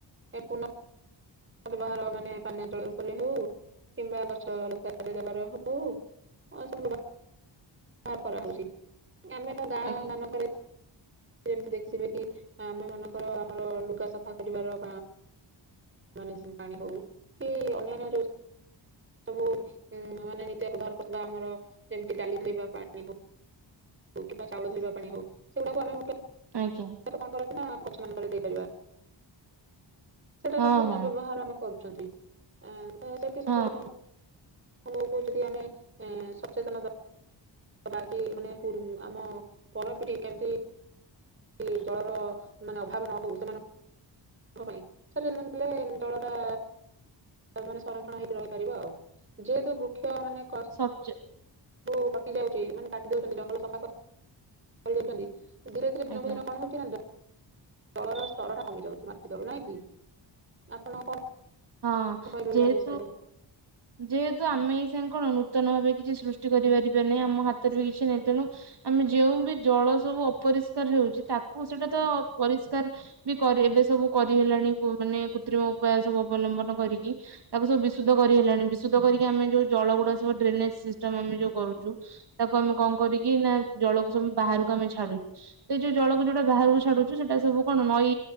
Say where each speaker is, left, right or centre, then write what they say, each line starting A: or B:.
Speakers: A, on the right; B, on the right.
A: ପୁନ ବ୍ୟବହାର ମାନେ ପାନୀୟ ଜଳ ଉପରେ ହଉ କିମ୍ବା ଗଛ ଲତାଦବାର ହଉ। ସୁହାର କରାହେଉଛି ଆମେ ତ ଗାଁ
B: ଆଜ୍ଞା
A: ମାନଙ୍କରେ ଯେମିତି ଦେଖିଥିବେ କି ଆମେ ମାନଙ୍କର ଆମର ଲୁଗା ସଫା କରିବାର ମାନେ ପାଣି ହଉ କି ଅନ୍ୟାନ୍ୟ ରୋଷେ ସବୁ ଉ ମାନେ ନି ବ୍ୟବହାର କରି ଆମର ଯେମିତି ଡାଲି ଧୋଇବା ପାଣି ହଉ। ହଉ କିମ୍ବା ଚାଉଳ ଧୋଇବା ପାଣି ହଉ ସେଗୁଡାକୁ ଆମେ
B: ଆଜ୍ଞା।
A: ଣ କର ଗଛମାନଙ୍କରେ ଦେଇପାରିବା ସେଟାର
B: ହଁ
A: ପୂର୍ଣ୍ଣ
B: ହଁ
A: ବ୍ୟବହାର ଆମ କରୁଛନ୍ତି ସେ
B: ହଁ
A: ସବୁ ଲୋକଙ୍କ ପ କହୁଛନ୍ତି ଯଦି ଆମେ ସଚେତନବା କି ମାନେ ଆମ ପରପିଢି କେମିତି ଯେମିତି ଜଳର ମାନେ ଅଭାବ ନ ହଉ ସେମାନଙ୍କୁ ସଚେତନ ନହେଲେ ଜଳର ମାନେ ସଂରକ୍ଷଣ ହେଇକି ରହିପାରିବ ଆଉ ଯେହେତୁ ବୃକ୍ଷ ମାନେ
B: ସଚ। <unintelligible>
A: ସବୁ କଟି ଯାଉଛି ମାନେ କାଟିି ଦଉଛନ୍ତି ଜଙ୍ଗଲ ସଫା କରିଦଉଛନ୍ତି। ଧୀରେ ଧରେିନକୁ
B: ଆଜ୍ଞା।
A: ଦିନ ଅନଣ ହଉଛି ନା ତଳର ସ୍ତର ଟା କମି ଯାଉଛି ମାଟି ତଳୁ ନାଇଁ କି ଆପଣ କଣ
B: ହଁ
A: କହିବେ
B: ଯେହେତୁ
A: ୟା ବିଷୟରେ?
B: ଯେହେତୁ ଆମେ ଏଇ ସାଙ୍ଗ କଣ ନୂତନ ଭାବେ କିଛି ସୃଷ୍ଟି କରିପାରିବା ନାହିଁ ଆମାତ ବି କିଛି ନାହିଁ ତେଣୁ ଆମେ ଯେଉ ବି ଜଳ ସବୁ ଅପରିଷ୍କାର ହେଉଛି ତାକୁ ସେଇଟା ତ ପରିଷ୍କାର ବି କରି ଏବେ ସବୁ କରିହେଲାଣି ମାନେ କୃତ୍ରିମ ଉପାୟ ସବୁ ଅବଲମ୍ବନ କରିକି ତାକୁ ସବୁ ବିଶୁଦ୍ଧ କରି ହେେଲାଣି ବିଶୁଦ୍ଧ କରିକି ଆମେ ଯୋଉ ଜଳ ଗୁଡା ସବୁ ଡ୍ରେନେଜ ସିଷ୍ଟମ ଆମେ ଯୋଉ କରୁଛୁ ତାକୁ ଆମେ କଣ କରିକି ନା ଜଳକୁ ସ ବାହାରକୁ ଆମେ ଛାଡୁଛୁ ସେ ଯୋଉ ଜଳକୁ ଯୋଉଟା ବାହାରକୁ ଛାଡୁଛୁ ସେଇଟା ସବୁ କଣ ନଈ